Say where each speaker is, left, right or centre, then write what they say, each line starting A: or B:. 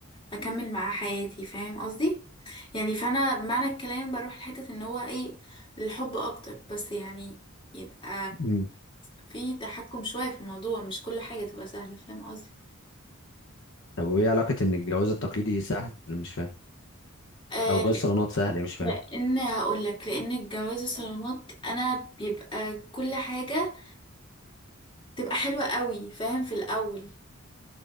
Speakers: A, on the left; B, on the left.
A: اكمل معاه حياتي فاهم قصدي يعني فانا بمعنى الكلام بروح لحته ان هو ايه الحب اكتر بس يعني يبقى
B: مم.
A: في تحكم شويه في الموضوع مش كل حاجه تبقى سهله فاهم قصدي
B: طب وايه علاقه ان الجواز التقليدي سهل مش فاهم
A: آه
B: او جواز الصالونات سهل مش فاهم
A: لان هقول لك لان الجواز الصالونات انا بيبقى كل حاجه تبقى حلوة قوي فاهم في الأول